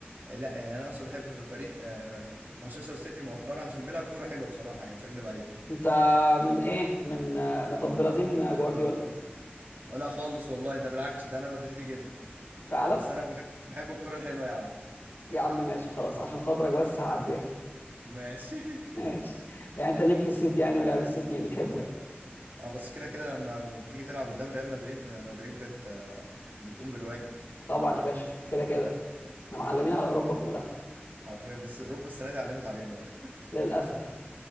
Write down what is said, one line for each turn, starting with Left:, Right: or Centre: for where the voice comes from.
Right: آه، لا يعني انا اصلا بحب في فريق آه، مانشستر سيتي مؤخرا عشان بيلعب كوره حلوه بصراحه يعني مش هكدب عليك
Left: انت من ايه من آه، مطبلاتين جوارديولا
Right: ولا خالص والله ده بالعكس ده انا مدريدي جدا
Left: فعلا
Right: بس انا بحب بحب الكوره الحلوه يا عم
Left: يا عم ماشي خلاص عشان خاطرك بس هعديها
Right: ماشي <laughs>
Left: ماشي يعني انت ليك في السيتي يعني ولعب السيتي بتحبه يعني
Right: اه بس كده كده لما بتيجي تلعب قدام ريال مدريد مدريد بت آه، بتقوم بالواجب
Left: طبعا يا باشا كده كده احنا معلمين على اوروبا كلها
Right: حرفيا بس اوروبا السنه دي علمت علينا بقى
Left: للاسف